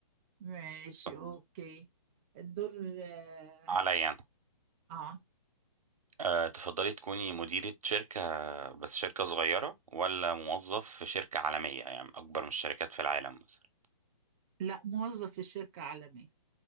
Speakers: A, on the right; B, on the right.
A: ماشي
B: صح.
A: اوكي الدور اه
B: عليا انا
A: آه.
B: أه تفضلي تكوني مديرة شركة بس شركة صغيرة ولا موظف في شركة عالمية يعني أكبر من الشركات في العالم مثلا
A: لا موظف في شركة عالمية